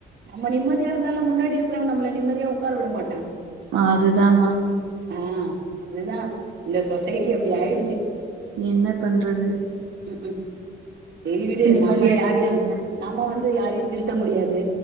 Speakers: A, on the right (about 60°); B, on the right (about 75°).
A: நம்ம நிம்மதியா இருந்தாலும் முன்னாடி இருக்கிறவன் நம்மல நிம்மதியா உக்கார விடமாட்டான்
B: அதுதாமா
A: ஆ அதுதான் இந்த சொசைட்டி அப்படி ஆயிடுச்சி
B: என்னபண்றது
A: உம் கும் சரி விடு
B: நிம்மதியா
A: நம்ம
B: இருக்க
A: யாரையும்
B: முடியல
A: நம்ம வந்து யாரையும் திருத்த முடியாது